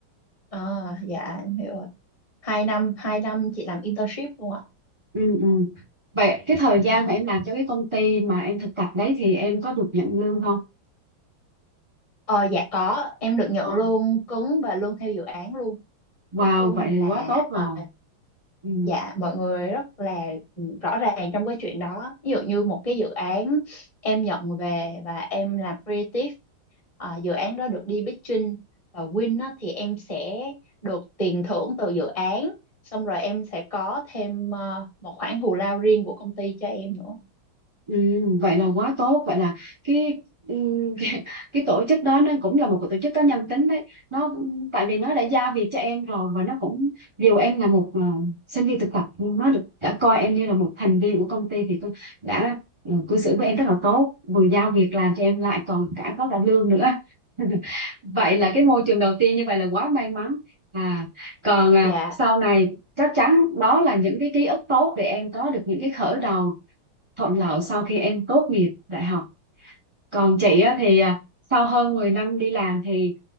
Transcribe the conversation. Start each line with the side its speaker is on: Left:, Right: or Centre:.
Left: Ờ, dạ em hiểu rồi. Hai năm, hai năm chị làm internship luôn ạ.
Right: ừ, ừ. vậy cái thời gian
Left: Ờ,
Right: mà em làm cho cái công ty mà em thực tập đấy thì em có được nhận lương không
Left: Ờ, dạ có, em được nhận
Right: ừ.
Left: lương cứng và lương theo dự án luôn.
Right: wow
Left: Nói chung
Right: vậy
Left: là
Right: thì quá tốt
Left: ờ,
Right: rồi ừ.
Left: dạ mọi người rất là ừ, rõ ràng trong cái chuyện đó. Ví dụ như một cái dự án em nhận về và em làm creative à, dự án đó được đi pitching và win á, thì em sẽ được tiền thưởng từ dự án xong rồi em sẽ có thêm ờ, một khoản thù lao riêng của công ty cho em nữa
Right: Ừ, vậy là quá tốt vậy là cái ừ, <laughs> cái, cái tổ chức đó nó cũng là một cái tổ chức có nhân tính đấy nó tại vì nó đã giao việc cho em rồi và nó cũng dù em là một ờ, sinh viên thực tập nhưng nó được đã coi em như là một thành viên của công ty thì tôi đã ừ, cư xử với em rất là tốt vừa giao việc làm cho em lại còn cả có cả lương nữa <laughs> vậy là cái môi trường đầu tiên như vậy là quá may mắn à còn à,
Left: dạ
Right: sau này chắc chắn đó là những cái ký ức tốt để em có được những cái khởi đầu thuận lợi sau khi em tốt nghiệp đại học. Còn chị á, thì à, sau hơn 10 năm đi làm thì